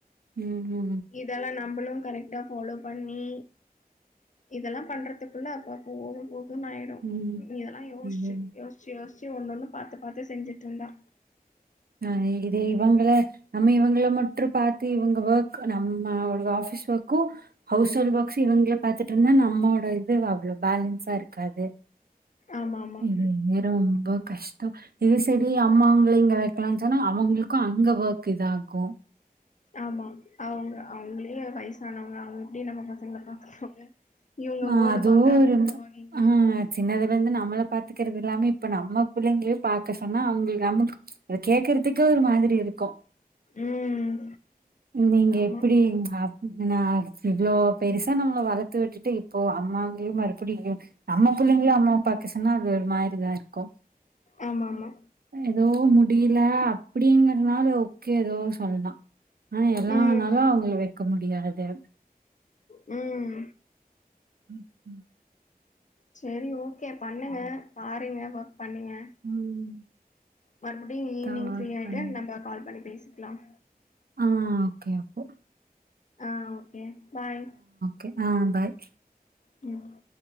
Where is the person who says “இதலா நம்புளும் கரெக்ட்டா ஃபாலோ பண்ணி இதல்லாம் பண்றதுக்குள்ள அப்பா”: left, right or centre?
Left